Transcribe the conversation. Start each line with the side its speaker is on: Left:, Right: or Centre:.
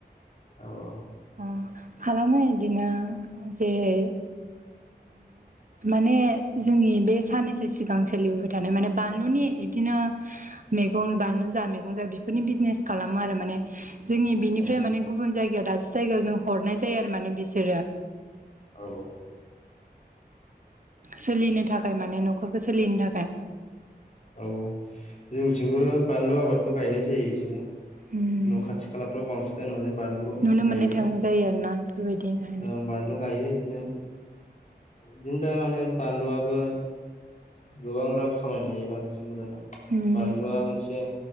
Left: औ औ।
Right: अ खालामो बिदिनो जेरै माने जोंनि बे साननैसो सिगां सोलिबोबाय थानाय माने बानलुनि बिदिनो मैगं बानलु जा मैगं जा बेफोरनि बिजनेस खालामो आरो माने जोंनि बिनिफ्राय
Left: औ
Right: माने गुबुन जायगायाव दाबसे जायगायाव जों हरनाय जायो आरो माने बिसोरो
Left: औ।
Right: सोलिनो थाखाय माने न'खरखौ सोलिनो थाखाय।
Left: औ जोंथिंबो बानलु आबादखौ गायनाय जायो बिदिनो।
Right: उम
Left: न' खाथि खालाफ्राव बांसिनानो माने बानलु
Right: नुनो
Left: गायो।
Right: मोननाय थाङो जायो आरोना। बेबायदिनो
Left: ओं बानलु गायो बिदिनो बिदिनो दा माने बानलुआबो गोबां रां खामायनो हायो बानलुजोंबो दाना।
Right: उम
Left: बानलुआ मोनसे